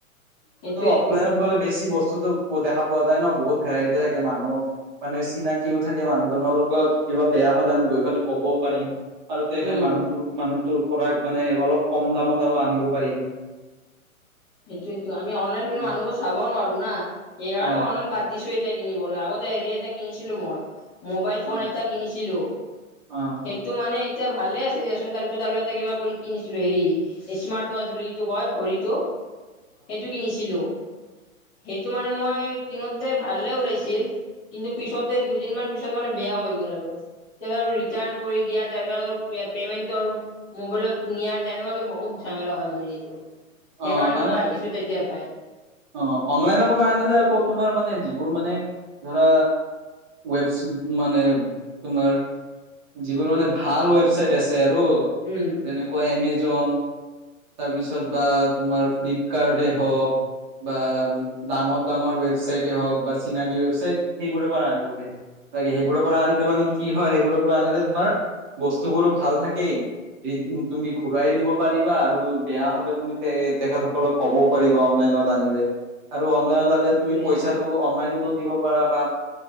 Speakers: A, on the left; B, on the right.
A: সেইটোয়েতো
B: আৰু অফলাইনত গ'লে বেছি বস্তুটো দেখা পোৱা যায় ন বহুত ভেৰাইটি থাকে মানুহ মানে চিনাকিও থাকে মানুহজনৰ লগত কিবা বেয়া হলে আমি গৈ পেলাই কবও পাৰিম। আৰু তেখেত
A: উম
B: মানুহ মানুহটোৰ পৰা মানে অলপ কম দামত আৰু আনিব পাৰিম।
A: সেইটোইটো আমি অনলাইন কিন্তু
B: অ
A: মানুহো চাব নোৱাৰো ন সেইকাৰণে
B: অ
A: মই অনলাইন বাদ দিছো। এতিয়া কিনিবলৈ আগতে হেৰি এটা কিনিছিলো মই। মোবাইল ফোন
B: অ
A: এটা কিনিছিলোঁ।
B: অ
A: সেইটো মানে এতিয়া ভালে আছে দিয়াচোন তাৰপিছত আৰু এটা কিবা কৰি কিনিছিলো হেৰি স্মাৰ্ট ৱাজ বুলিতো কয় ঘড়ীটো সেইটো কিনিছিলো সেইটো মানে মই কিনোতে ভালে ওলাইছিল। কিন্তু পিছতে দুদিনমান পিছত মানে বেয়া হৈ গ'ল আৰু। তাৰপিছত ৰিটাৰ্ণ কৰি দিয়া তাৰপিছত আৰু পেমেন্টটো আৰু মোবাইলত নিয়া তেনেকুৱাকে বহুত ঝেমেলা হয় মানে এইটো। সেইকাৰণে
B: অ', মানে
A: মই বাদ দিছো তেতিয়াৰ পৰাই
B: অ', অনলাইনৰ পৰা আনিলে আকৌ তোমাৰ মানে যিবোৰ মানে ধৰা ৱেবছ মানে তোমাৰ যিবোৰ মানে ভাল ৱেবচাইট আছে আৰু।
A: উম।
B: এনেকুৱা এমেজন তাৰপিছত বা তোমাৰ ফ্লিপকাৰ্টে হওক। বা ডাঙৰ ডাঙৰ ৱেবছাইটে হওক বা চিনাকি ৱেবছাইট সেই বোৰৰ পৰা আনিব। তাকে সেইবোৰৰ পৰা আনিলে মানে কি হয় সেইবোৰৰ পৰা আনিলে তোমাৰ, বস্তুবোৰো ভাল থাকে <inaudible> তুমি ঘূৰাই দিব পাৰিবা, আৰু বেয়া হ'লে, তুমি তেখেতসকলক ক'বও পাৰিবা অনলাইনত আনিলে আৰু অনলাইনত আনিলে
A: সেইটোয়ে
B: তুমি পইচা অনলাইনতো দিব পাৰা বা